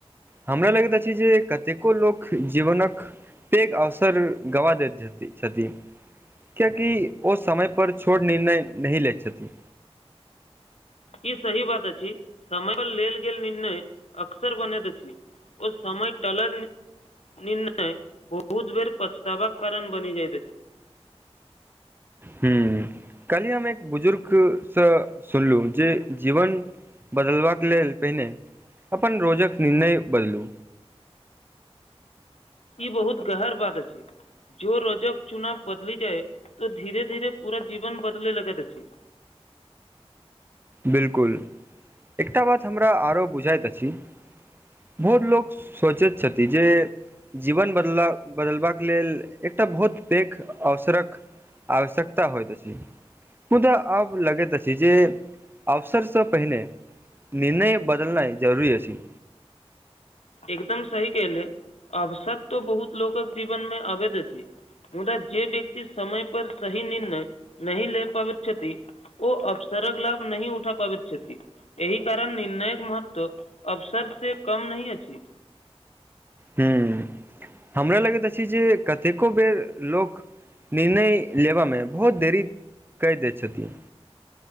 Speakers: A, on the right; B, on the left.
A: हमरा लगैत अछि जे कतेको लोक जीवनक पेघ अवसर गवा देत अछि कियकि ओ समय पर छोट निर्णय नही लैत छथि
B: ई सही बात अछि समय पर लेल गेल निर्णय अक्सर बनैत अछि। ओ समय टलल निर्णय बहुत बेर पछताबाक कारण बनी जाइत अछि
A: ह कली हम एक बुजुर्कसँ सुनलु जे जीवन बदलबाक लेल पहिने अपन रोजक निर्णय बदलू
B: ई बहुत गहर बात अछी जो रजक चुनाव बदली जाए तऽ धीरे धीरे पूरा जीवन बदले लगैत अछि
A: बिलकुल एकटा बात हमरा आरो बुझाइत अछि बहुत लोक सोचैत छथि जे जीवन बदला बदलबाक लेल एकटा बहुत पैघ अवसरक आश्यकता होइत अछी मुदा आब लगे त छी जे अवसरसँ पहिने निर्णय बदलनाइ जरूरी अछि
B: एकदम सही कले अवसद तो बहुत लोकक जीवन मे अबैध अछी मुदा जे व्यक्ति समय पर सही निर्णय नही ले पाबइत छथि ओ अफसरक लाभ नही उठा पाबैत छथि एहि कारण निर्णायक महत्व अवसर से कम नहि अछि
A: ह हमरा लगैत अछि जे कतेको बेर लोक निर्णय लेबा मे बहुत देरी क दय छथिन